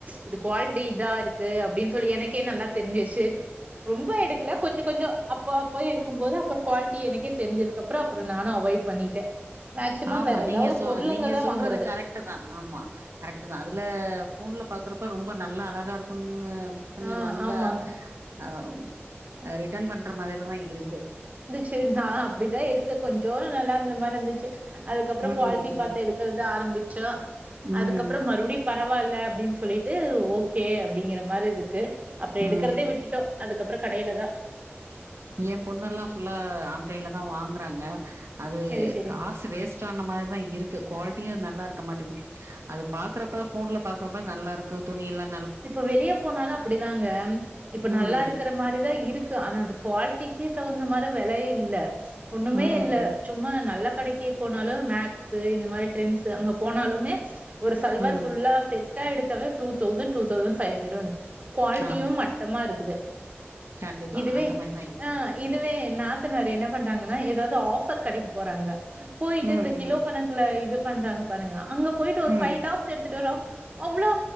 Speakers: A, on the right; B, on the right.
A: இது குவாலிட்டி இதா இருக்கு அப்டின்னு சொல்லி எனக்கே நல்லா தெரிஞ்சிருச்சு ரொம்ப எடுக்கல கொஞ்சோ கொஞ்சோ அப்ப அப்ப எடுக்கும்போது அப்றோ குவாலிட்டி எனக்கே தெரிஞ்சதுக்கப்றோ நானு அவாய் பண்ணிட்டு மேக்சிமம்
B: ஆமா
A: வேற
B: நீங்க
A: ஏதாவது
B: சொ
A: பொருளுங்க
B: நீங்க
A: தா
B: சொல்றது
A: வாங்குறது
B: கரெக்ட் தா ஆமா கரெக்ட் தா அதுல போன்ல பாக்குறப்ப ரொம்ப நல்லா அழகா இருக்குன்னு புக் பண்ணி
A: ஆ
B: வந்தா
A: ஆமாங்
B: அ ரொம் அ ரிட்டன் பண்ற மாதிரி தா இருக்கு
A: சேரி நா அப்டிதா எடுத்தே கொஞ்சோ நல்லா இருந்த மாரி இருந்துச்சு அதுக்கப்றோ
B: ம்
A: குவாலிட்டி
B: ம்
A: பாத்து எடுக்கறது ஆரம்பிச்சோ அதுக்கப்பறோ
B: ம்
A: மறுடியு பரவாயில்ல அப்டின்னு சொல்லிட்டு ஓகே அப்டிங்கிற மாரி இருக்கு அப்றோ எடுக்கிறதே
B: ம்
A: விட்டுட்டோ அதுக்கப்பறோ கடையில தா
B: எ பொண்ணு எல்லா புல்லா ஆன்லைன்ல தா வாங்குறாங்க அது
A: சரி சரி
B: கா சு வேஸ்ட் ஆன மாரிதா இருக்கு குவாலிட்டியு நல்லா இருக்க மாட்டிங் அது பாக்குறப்ப போன்ல பாக்குறப்ப நல்ல இருக்கு துணி எல்லா
A: இப்ப வெளிய போனாலு அப்டிதாங்க இப்ப
B: ம்.
A: நல்லா இருக்கிற மாரிதா இருக்கு ஆனா அது குவாலிட்டிக்கு தகுந்த மாரி வில இல்ல ஒண்ணுமே
B: ம்,
A: இல்ல
B: ம்,
A: சும்மா நல்ல கடைக்கு போனாலு மேக்ஸ் இந்த மாரி ட்ரெண்ட்ஸ் அங்க போனாலுமே ஒரு சல்வார் ஃபுல்லா
B: ம்.
A: செட் டா எடுத்தா வே two thousand two thousand five hundred வந்து குவாலிட்டியு
B: ஆமா.
A: மட்டமா இருக்குது
B: கண்டிப்பா.
A: இதுவே
B: அந்த மாரி தான் இருக்கு.
A: ஆ இதுவே நாத்தனார் என்ன பண்றாங்கன்னா ஏதாவது ஆஃபர் கடைக்கு போறாங்க போயிட்டு
B: ம்,
A: இந்த கிலோ
B: ம்,
A: கணக் ல இது பண்றாங்க பாருங்க அங்க போயிட்டு ஒரு
B: ம்.
A: ஃபை டாப்ஸ் எடுத்துட்டு வருவா அவ்ளோ